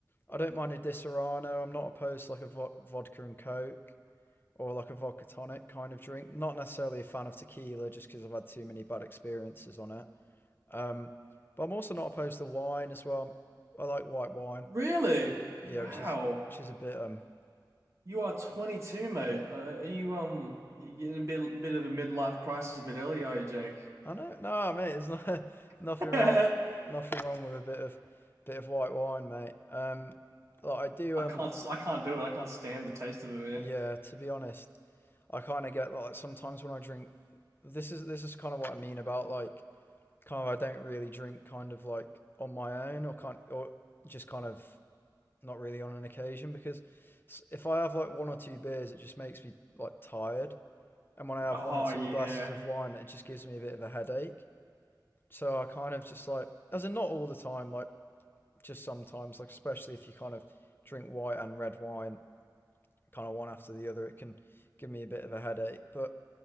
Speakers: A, on the left; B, on the right.
A: I don't mind a Disaronno. I'm not opposed to like a vo- vodka and coke or like a vodka tonic kind of drink. Not necessarily a fan of tequila just because I've had too many bad experiences on it. Um, but I'm also not opposed to wine as well. I like white wine.
B: Really?
A: Yeah,
B: Yeah. Wow.
A: which is which is a bit um.
B: You are 22, mate. Uh, are you um you in a bit bit of a midlife crisis a bit early, are you, Jake?
A: I know. No, mate, it's not <laughs> nothing
B: <laughs>
A: wrong.
B: I
A: Nothing wrong with a bit of bit of white wine, mate. Um, like I do. Um,
B: can't I can't do it. I can't stand the taste of it, man.
A: yeah. To be honest, I kind of get like sometimes when I drink. This is this is kind of what I mean about like kind of I don't really drink kind of like on my own or kind or just kind of not really on an occasion because if I have like one or two beers, it just makes me like tired, and when I have
B: Oh
A: one or two
B: yeah.
A: glasses of wine, it just gives me a bit of a headache. So I kind of just like, as in not all the time, like just sometimes, like especially if you kind of drink white and red wine, kind of one after the other, it can give me a bit of a headache. But